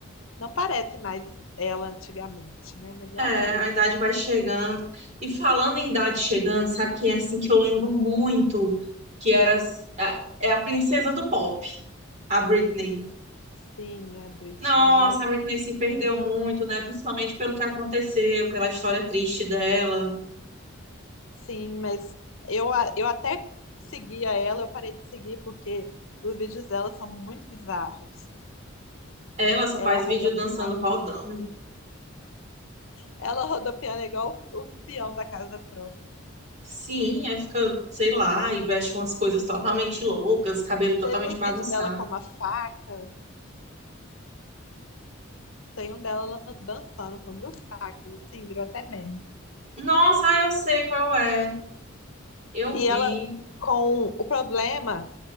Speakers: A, on the left; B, on the right.
A: Não parece mais ela antigamente, né? Mas é
B: É,
A: aquilo.
B: a idade vai chegando. E falando em idade chegando, sabe quem é assim que eu lembro muito? Que era, as- é é a princesa do pop, a Britney.
A: Sim, a Britney,
B: Nossa,
A: nossa.
B: a Britney se perdeu muito, né? Principalmente pelo que aconteceu, pela história triste dela.
A: Sim, mas eu, a- eu até seguia ela, eu parei de seguir porque os vídeos dela são muito bizarros.
B: Ela só
A: Ela
B: faz vídeo
A: rodopiando,
B: dançando rodando.
A: ela rodopiando igual o o peão da casa própria.
B: Sim, aí fica, sei lá, e veste umas coisas totalmente loucas, cabelo
A: E
B: totalmente
A: você viu os
B: bagunçado.
A: vídeos dela com uma faca? Tem um dela dançando com duas facas, assim, virou até meme.
B: Nossa, ah, eu sei qual é. Eu
A: E
B: vi.
A: ela, com o problema,